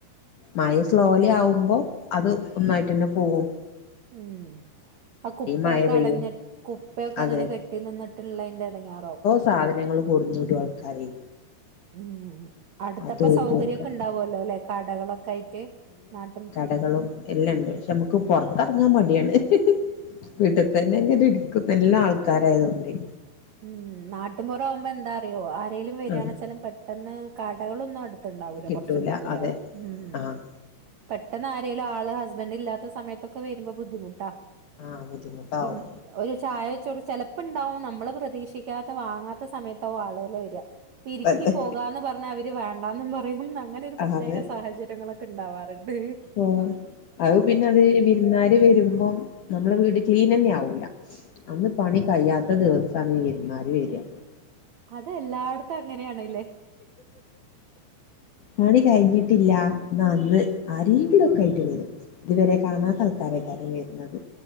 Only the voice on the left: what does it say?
മഴ സ്ലോലി ആവുമ്പോ അത് ഒന്നായിട്ട് തന്നെ പോകും
മഴ പെയ്യും
അതെ
സാധനങ്ങള് കൊട്ന്നിടു ആൾക്കാരെ
അതും
ഇതും ഒക്കെ
ടകളും എല്ലാണ്ട് പക്ഷെ നമുക്ക് പൊറത്തിറങ്ങാൻ മടിയാണ് വീട്ടി ത ന്നങ്ങനെ ഇരിക്കും നല്ല ആൾക്കാരായതോണ്ടേ
ആഹ്
കിട്ടൂല
അതെ
ആഹ്
ആഹ് ബുദ്ധിമുട്ടാവും
തന്നെ
അതെ
ആഹ് അത് പിന്നെ അത് വിരുന്നാര് വരുമ്പം നമ്മളെ വീട് ക്ലീൻ അന്നെ ആവൂല അന്ന് പണി കഴിയാത്ത ദിവസാണീ വിരുന്നാര് വര്യാ
പണി കഴിഞ്ഞിട്ടില്ല എന്ന അന്ന് ആരേങ്കിലു ഒക്കെ ആയിട്ട് വരും ഇതുവരെ കാണാത്ത ആൾക്കാരായ്ക്കും മിക്കാറും വെരുന്നത്